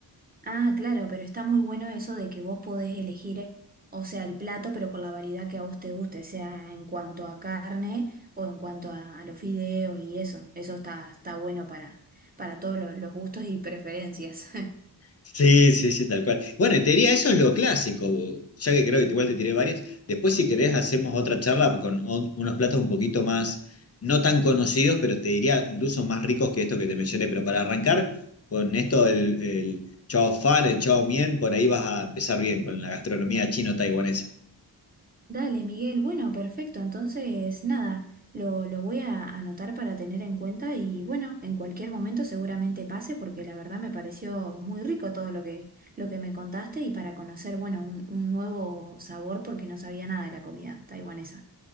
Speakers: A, on the right; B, on the left.
A: Ah, claro, pero está muy bueno eso de que vos podés elegir, o sea, el plato, pero con la variedad que a vos te guste, sea en cuanto a carne o en cuanto a, a los fideos y eso. Eso está, está bueno para, para todos lo- los gustos y preferencias. <laughs>
B: Sí, sí, sí, tal cual. Bueno, y te diría, eso es lo clásico, ya que creo que igual te tiré varias. Después, si querés, hacemos otra charla con o- unos platos un poquito más, no tan conocidos, pero te diría incluso más ricos que esto que te mencioné. Pero para arrancar con esto del el chao fan, el chao mien, por ahí vas a empezar bien con la gastronomía chino-taiwanesa.
A: Dale, Miguel. Bueno, perfecto. Entonces, nada, lo, lo voy a anotar para tener en cuenta y bueno, en cualquier momento seguramente pase porque la verdad me pareció muy rico todo lo que, lo que me contaste y para conocer, bueno, un, un nuevo sabor porque no sabía nada de la comida taiwanesa.